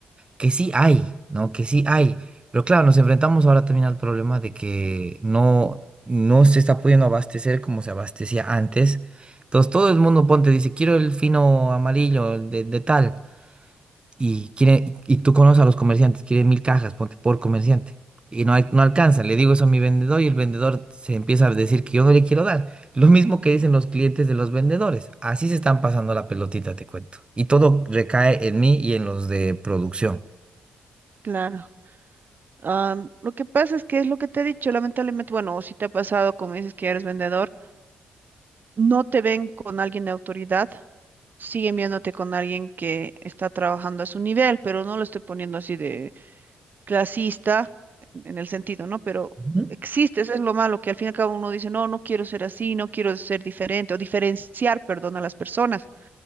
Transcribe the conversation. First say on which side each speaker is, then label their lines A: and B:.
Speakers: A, on the right (about 25°); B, on the right (about 50°).
A: que sí hay, ¿no? Que sí hay. Pero claro, nos enfrentamos ahora también al problema de que no, no se está pudiendo abastecer como se abastecía antes. Entonces todo el mundo ponte, dice, quiero el fino amarillo, el de de tal y quiere, y tú conoces a los comerciantes, quiere mil cajas, ponte por comerciante. Y no, al- no alcanza, le digo eso a mi vendedor y el vendedor se empieza a decir que yo no le quiero dar. Lo mismo que dicen los clientes de los vendedores. Así se están pasando la pelotita, te cuento. Y todo recae en mí y en los de producción.
B: Claro. Am, lo que pasa es que es lo que te he dicho, lamentablemente, bueno, o si te ha pasado, como dices que eres vendedor, no te ven con alguien de autoridad, siguen viéndote con alguien que está trabajando a su nivel, pero no lo estoy poniendo así de clasista en el sentido, ¿no? Pero
A: Ujú.
B: existe, eso es lo malo, que al fin y al cabo uno dice, no, no quiero ser así, no quiero ser diferente o diferenciar, perdón, a las personas.